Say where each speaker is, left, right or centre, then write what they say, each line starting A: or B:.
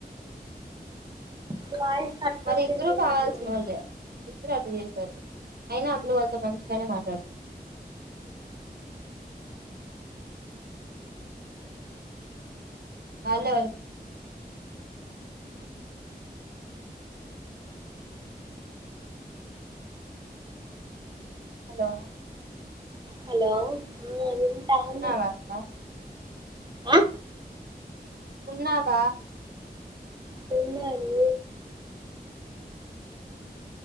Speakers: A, on the right (about 25°); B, on the right (about 70°).
A: నీ వాయిస్ కట్ కట్
B: మరి ఇద్దరూ
A: వినిపిస్తాంది
B: కావాల్సిన
A: మౌనిక
B: వాళ్ళే ఇద్దరు మోసం చేశారు అయినా ఆ పిల్ల వాళ్ళతో మంచిగానే మాట్లాడుతుంది వాళ్ళే వనికి హలో
A: హలో వింటాన్న ఆ
B: ఆ వస్తాం
A: ఆ
B: ఉన్నావ
A: ఉన్నాను